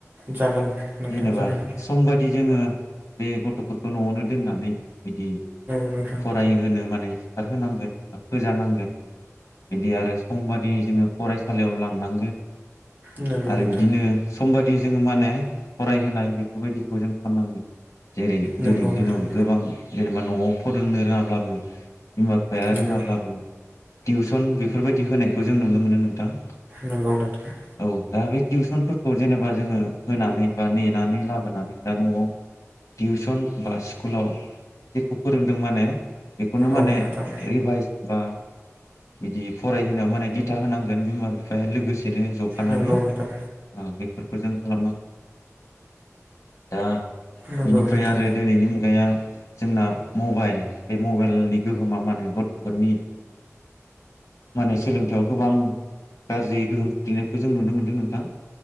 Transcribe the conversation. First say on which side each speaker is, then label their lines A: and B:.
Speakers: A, on the right; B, on the left.
A: जागोन नोंथां
B: जेनेबा
A: जागोन
B: सम बायदि जोङो बे गथ'फोरखौ न'आवनो दोननानै बिदि
A: औ नोंथां
B: फरायहोनो माने सिखार होनांगोन ओ फोजानांगोन। बिदि आरो समबादि जोङो फरायसालियाव लांनांगोन।
A: नंगौ
B: आरो
A: नोंथां
B: बिदिनो सम बायदि जोङो माने फरायहोनाय बेफोरबायदिखौ जों खामनांगोन। जेरै
A: नंगौ
B: दोनैनि
A: नोंथां
B: दिनाव गोबां जेनेबा न'आव फोरोंनो रोङाब्लाबो बिमा बिफाया
A: नंगौ
B: रोङाब्लाबो टिउसन बेफोरबायदि होनायखौ जों नुनो मोनो नोंथां।
A: नंगौ नोंथां।
B: औ दा बे टिउसनफोरखौ जेनेबा जोङो होनानै बा नेनानै लाबोनानै दा न'आव टिउसन बा स्कुलाव जेखौ फोरोंदों माने बेखौनो
A: औ
B: माने
A: नोंथां
B: रिभाइस बा बिदि फरायहोनायाव माने दिथा होनांगोन बिमा बि फाया लोगोसेनो ज'फानानै
A: नंगौ नोंथां
B: ओ बेफोरखौ जों खालामनां <inaudible> दा
A: नंगौ
B: बिनिफ्राय
A: नोंथां
B: आरो दिनैनि मुगाया जोंना मबाइल बे मबाइलनि गोहोमा मा होनो गथ'फोरनि माने सोलोंथाइआव गोबां गाज्रियै गोहोम खोख्लैनायखौ जों नुनो मोन्दों नोंथां।